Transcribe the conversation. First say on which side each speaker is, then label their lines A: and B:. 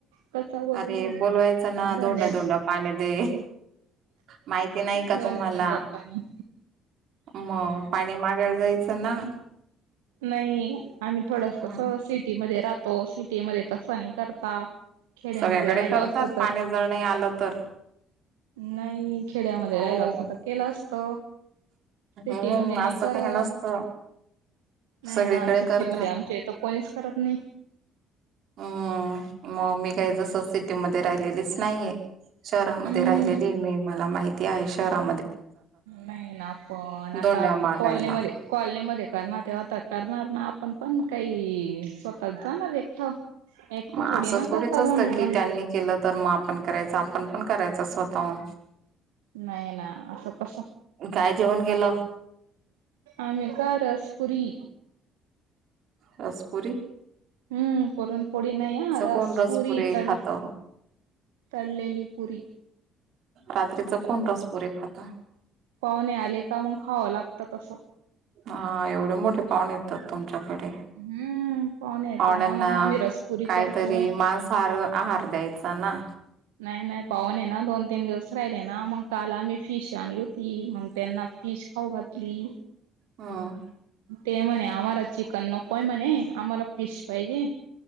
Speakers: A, on the right (about 80°); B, on the right (about 60°).
A: कसा बोलू
B: अरे बोलवायचं ना
A: धोड्यात
B: धोंडा धोंडा पाणी दे माहिती नाही का
A: धोंड्या,
B: तुम्हाला
A: धोंड्या पनी
B: मग पाणी मागायला जायचं ना
A: नाही आम्ही थोडस
B: हं.
A: कस सिटी मध्ये राहतो सिटी मध्ये तसं नाही करता. खेड्यामध्ये
B: सगळ्याकडे
A: राहिल
B: करतात
A: असत
B: पाणी
A: तर
B: जर नाही आलं तर
A: नाही खेड्यामध्ये
B: हो
A: राहिल असतं तर केलं असत.
B: हम्म
A: सिटी मध्ये नाही
B: असं
A: करत
B: काही नसतं
A: नाही
B: सगळीकडे
A: ना सिटीमध्ये
B: करतात
A: आमच्या इथे कोणीच करत नाही.
B: हम्म मी काय जसं मध्ये राहिलीच नाहीय शहरामध्ये
A: हम्म.
B: राहिलेली मी मला माहिती आहे शहरा
A: नाही ना पण आता
B: दोंड्या
A: आता
B: मागायला.
A: कॉलनी मध्ये कॉलनी मध्ये करणार ते आता करणार ना आपण पण काही स्वतः जाणार एकट एक
B: मग
A: तर थोडी
B: असं
A: ना
B: थोडीच
A: करतात
B: असतं
A: दोंड
B: की
A: डोंड्या
B: त्यांनी केलं तर मग आपण करायच आपण पण करायचा स्वतः
A: नाही ना असं कस
B: काय जेवण गेलं
A: आम्ही का रस पुरी
B: रस पुरी.
A: हुं पुरण पोळी नाही आ रस
B: कोण रसपुरी
A: पूरी तळ
B: खात.
A: तळलेली पुरी
B: रात्रीच कोण रसपुरीे खाता?
A: पाहुणे आले का मग खावं लागतं तस
B: हा एवढे मोठे पाहुणे येतात तुमच्याकडे?
A: हम्म पाहुणे येताना
B: पाहुण्यांना
A: मग आम्ही रसपुरी
B: काहीतरी
A: करतो
B: मांसहार आहार द्यायचा ना
A: नाही, नाही पाहुणे ना दोन, तीन दिवस राहिले ना मग काल आम्ही फिश आणली होती मग त्यांना फिश खाऊ घातली.
B: ह.
A: ते म्हणे आम्हाला चिकन नकोय म्हणे, आम्हाला फिश पाहिजे.